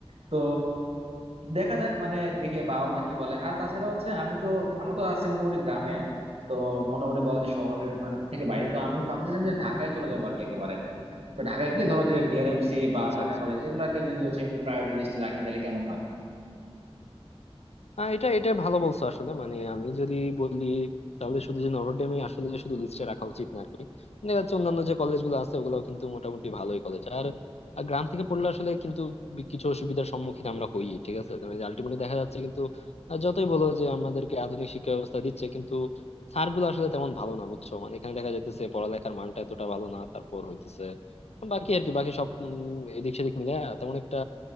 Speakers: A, on the right; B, on the left.
A: তো দেখা যাক মানে দেখি বাবা মা কি বলে আর তাছাড়া হচ্ছে আমি তো আমরা তো আছি মোটামুটি গ্রামে তো মোটামুটি বলা যায় শহরের মানে থেকে বাইরে তো আমি ভাবতেছিলাম যে ঢাকায় চলে যাবো আর কি একেবারে তো ঢাকায় গিয়ে ধরো যে ডিআরএমসি বা
B: আচ্ছা
A: ঢাকা
B: আচ্ছা
A: কলেজ এগুলাকে যদি হচ্ছে আমি প্রায়োরিটি লিস্টে রাখি তাহলে কেমন হয়
B: আহ, এটা এটা ভালো বলছো আসলে মানে আমি যদি বলি তাহলে শুধু যে নভরডেমে আসলে শুধু লিস্টে রাখা উচিত না আর কি দেখা যাচ্ছে অন্যান্য যে কলেজগুলো আছে ওগুলাও কিন্তু মোটামুটি ভালোই কলেজ আর আর গ্রাম থেকে পড়লে আসলে কিন্তু বি- কিছু অসুবিধার সম্মুখীন আমরা হই ঠিক আছে মানে আলটিমেটলি দেখা যাচ্ছে কিন্তু আহ, যতই বলো যে আমাদেরকে আধুনিক শিক্ষা ব্যবস্থা দিচ্ছে কিন্তু স্যারগুলো আসলে তেমন ভালো না বুঝছো মানে এখানে দেখা যাইতেছে পড়ালেখার মানটা এতটা ভালো না তারপর হইতেছে বাকি আর কি বাকি সব উম, এদিক সেদিক মিলে তেমন একটা